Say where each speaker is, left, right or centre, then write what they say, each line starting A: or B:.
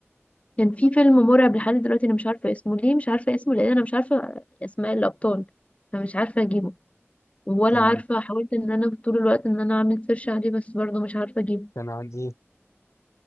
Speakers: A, on the left; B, on the left.
A: كان في فيلم مرعب لحد دلوقتي انا مش عارفه اسمه ليه مش عارفه اسمه لان انا مش عارفه اسماء الابطال فمش عارفه اجيبه ولا
B: كان
A: عارفه
B: عن
A: حاولت ان انا طول الوقت ان انا اعمل سيرش عليه بس برضه مش عارفه اجيبه
B: كان عندي